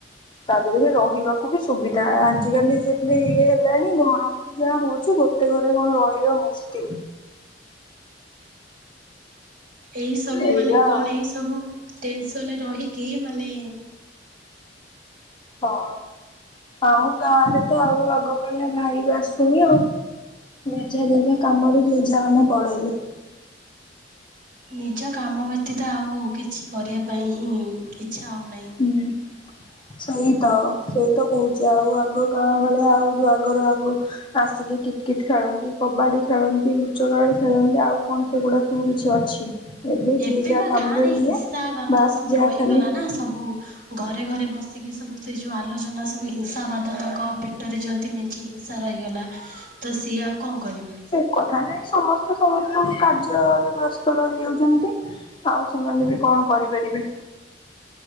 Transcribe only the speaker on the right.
ଏଇସବୁ ମାନେ
କଣ
ଏଇସବୁ ଟେନସନରେ ରହିକି ମାନେ
ନିଜ କାମ ବ୍ୟତୀତ ଆଉ କିଛି କରିବା ପାଇଁ ହିଁ ଇଚ୍ଛା ହେଉନାହିଁ। <inaudible>
ଏବେ
ପା
ଗାଁରେ
ହିଂସାବାଦ
ସବୁ
ରହିଗଲା
ନା ସବୁ ଘରେ ଘରେ ବସିକି ସବୁ ସେ ଯେଉଁ ଆଲୋଚନା ସବୁ ହିଂସାବାଦ ତକ ପେଟରେ ଯା ଏତେ ମେଞ୍ଚି ହିଂସା ରହିଗଲା ତ ସିଏ ଆଉ କଣ କରିବେ।